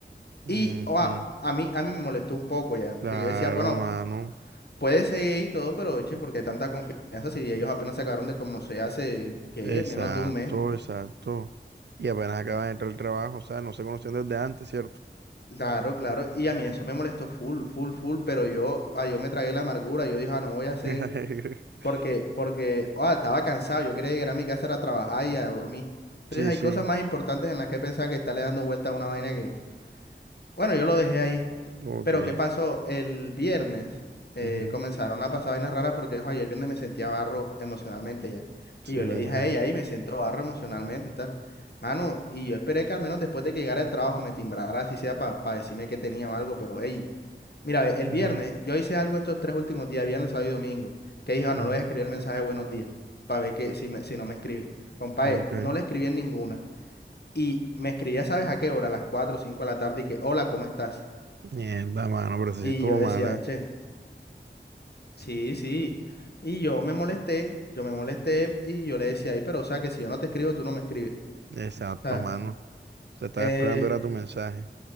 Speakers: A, on the right; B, on the left.
A: Ujú.
B: Y o a, a mí, a mí me molestó un poco ya,
A: Claro,
B: porque yo decía, bueno,
A: mano.
B: puede seguir ahí y todo, pero eche, ¿por qué tanta confianza si ellos apenas se acabaron de conocer hace, ¿qué?
A: Exacto,
B: Menos de un mes.
A: exacto. Y apenas acaba de entrar al trabajo, o sea, no se conocían desde antes, ¿cierto?
B: Claro, claro. Y a mí eso me molestó full, full, full, pero yo, ah, yo me tragué la amargura, yo dije, ah, no voy a hacer,
A: <laughs>
B: porque, porque, ah, estaba cansado, yo quería llegar a mi casa a trabajar y a dormir. Entonces
A: Sí,
B: hay
A: sí.
B: cosas más importantes en las que pensar que estarle dando vuelta a una vaina que, bueno, yo lo dejé ahí.
A: Ok.
B: Pero ¿qué pasó? El viernes eh,
A: Ujú.
B: comenzaron a pasar vainas raras porque ojo, yo el viernes me sentía barro emocionalmente ya.
A: Sí,
B: Y yo
A: me
B: le
A: imagino.
B: dije a ella, ahí me siento barro emocionalmente y tal. Mano, y yo esperé que al menos después de que llegara el trabajo me timbrara, así sea para decirme que tenía o algo, pero hey, mira, ve, el
A: Ujú.
B: viernes, yo hice algo estos tres últimos días, viernes, sábado y domingo, que dije, ah,
A: Ujú,
B: no le voy a escribir el mensaje de buenos días, para ver que si, me- si no me escribe. Compadre,
A: Ok.
B: no le escribí en ninguna. Y me escribía, ¿sabes a qué hora? A las 4 o 5 de la tarde y que, hola, ¿cómo estás?
A: Mierda, mano, pero sí
B: Y
A: estuvo
B: yo decía,
A: mala.
B: eche. Sí, sí. Y yo me molesté, yo me molesté y yo le decía ahí, pero o sea, que si yo no te escribo, tú no me escribes.
A: Exacto,
B: O sea,
A: mano. Se estaba
B: eh,
A: esperando era tu mensaje.